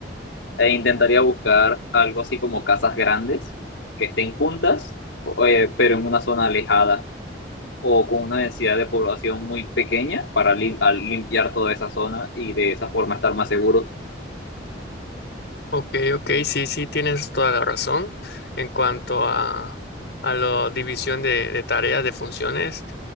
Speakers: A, on the left; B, on the left.
A: E intentaría buscar algo así como casas grandes, que estén juntas, o- eh, pero en una zona alejada o con una densidad de población muy pequeña para lim- al limpiar toda esa zona y de esa forma estar más seguros.
B: Ok, ok, sí, sí, tienes toda la razón en cuanto a, a la división de, de tareas, de funciones.